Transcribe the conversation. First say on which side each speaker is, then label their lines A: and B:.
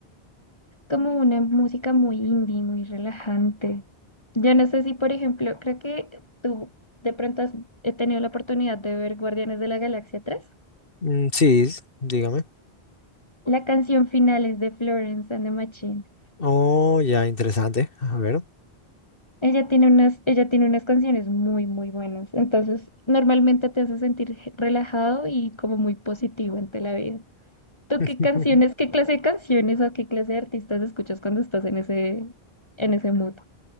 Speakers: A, on the left; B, on the left.
A: como una música muy indie, muy relajante. Yo no sé si, por ejemplo, creo que tú de pronto has he tenido la oportunidad de ver Guardianes de la Galaxia tres
B: Mm, sí, s- dígame.
A: La canción final es de Florence and the Machine.
B: Oh, ya, interesante. A ver.
A: Ella tiene unas, ella tiene unas canciones muy, muy buenas. Entonces, normalmente te hace sentir relajado y como muy positivo ante la vida. ¿Tú
B: <laughs>
A: qué canciones, qué clase de canciones o qué clase de artistas escuchas cuando estás en ese, en ese mood?